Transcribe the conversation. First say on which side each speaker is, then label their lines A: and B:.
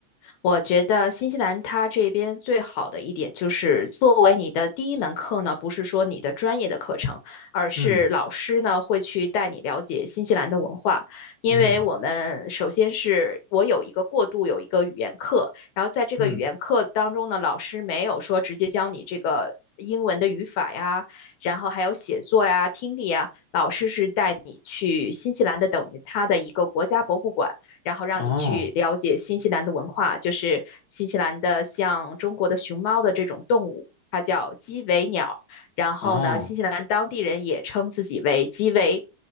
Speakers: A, on the left; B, on the left.
A: 我觉得新西兰它这边最好的一点就是，作为你的第一门课呢，不是说你的专业的课程，而是老师呢会去带你了解新西兰的文化。
B: 嗯
A: 因为我们首先是我有一个过渡，
B: 嗯
A: 有一个语言课，然后在这个语言课当中呢，
B: 嗯，
A: 老师没有说直接教你这个。英文的语法呀，然后还有写作呀、听力呀，老师是带你去新西兰的，等于它的一个国家博物馆。然后让你去了解新西兰的文化，
B: 哦
A: 就是新西兰的像中国的熊猫的这种动物，它叫鸡尾鸟。然后呢，
B: 哦
A: 新西兰当地人也称自己为鸡尾